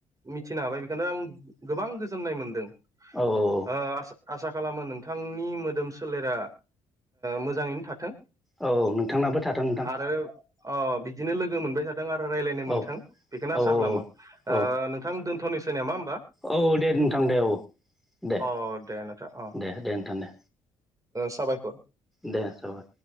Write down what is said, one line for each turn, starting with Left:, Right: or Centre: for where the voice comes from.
Right: मिथिनो हाबाय बेखायनो आं गोबां गोजोननाय मोनदों
Centre: औ औ औ
Right: ओ आसा आसा खालामो नोंथांनि मोदोम सोलेरा मोजाङैनो थाथों
Centre: औ नोंथांनाबो थाथों नोंथां
Right: आरो अ बिदिनो लोगो मोनबाय थाथ थों आरो रायलायनो मोनथों
Centre: औ
Right: बेखौनो
Centre: औ
Right: आसा खालामो
Centre: औ
Right: नोंथां दोनथ'निसै नामा होमबा
Centre: औ दे नोंथां दे औ दे
Right: अ दे नोंथां अ
Centre: दे दे नोंथां दे
Right: साबायखर
Centre: दे जाय।